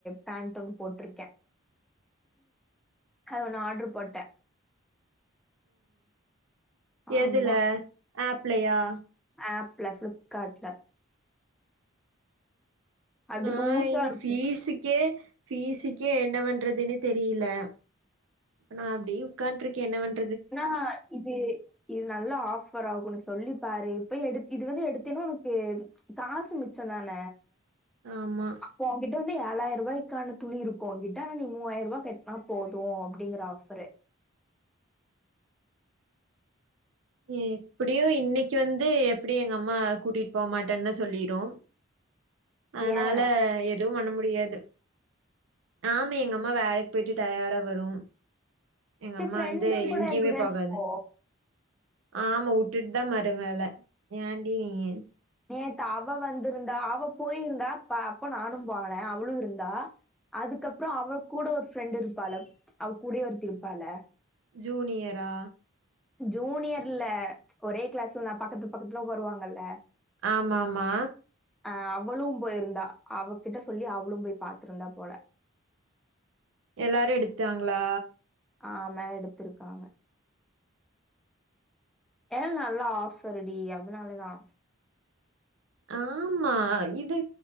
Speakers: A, in the centre; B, on the right.
A: பேண்ட் ஒன்னு போட்டிருக்கே அது ஒன்னு ஆடர் போட்டே ஆமா.
B: எதல ஏப்லையா
A: ஏப்ல ஃப்ளிப்காட்ல அது
B: நா
A: லூஸா
B: இனி
A: இருக்கும்.
B: பீஸ்க்கே பீஸ்க்குகே என்ன பண்றதுன்னு தெரியல ப்ப நா அப்பிடி உட்காண்ட்டு இருக்கே என்ன பண்
A: நா இது இது நல்லா ஆஃபர் ஆகுன்னு சொல்லி பாரு இப்ப எடு இது வந்து எடுத்தேன்னா உனக்கு காசு மிச்சதான
B: ஆமா
A: போகிட்ட வந்து ஏழாயிர ரூபாய்க்கான துணி இருக்கு உங்கிட்ட ஆனா நீ மூவாயிரூவா கட்டனா போது அப்பிடிங்கற ஆஃப்பரு
B: இப்பிடியு இன்னிக்கு வந்து எப்பிடி எங்க அம்மா கூட்டிட்டு போமாட்டேன்னு சொல்லிரு அனால
A: ஏன்
B: எதுவு பண்ண முடி பியாது ஆமா எங்க அம்மா வேலைக்கு போயிட்டு டையாடா வரு எங்க
A: சே
B: அம்மா
A: ப்ரெண்டு
B: வந்து
A: கூட
B: எங்கேயுமே
A: யார்குடாயாச்சு
B: போகாது
A: போ
B: ஆமா உட்டுட்டுதா மரு வேல ஏண்டி நீய்
A: நேத்து அவ வந்திருந்தா அவ போயிருந்தா அப் அப்ப நானுபோனே அவுளு இருந்தா அதுக்கப்புறோ அவ கூட ஒரு ப்ரெண்ட் இருப்பால அவ கூடியே ஒருத்தி இருப்பால
B: ஜூனியரா
A: ஜூனியர்ல ஒரே கிளாஸ்ல நா பக்கத்து பக்கத்துல உக்காருவாங்கல்ல
B: ஆமா ஆமா
A: ஆ அவளு போயிருந்தா அவகிட்ட சொல்லி அவளு போய் பாத்திருந்தா போல
B: எல்லாரு எடுத்தாங்களா
A: ஆ மேல எடுத்திருக்காங்க ஏ நல்லா ஆஃப்பர் டி அதனாலேதா
B: ஆ ஆமா இது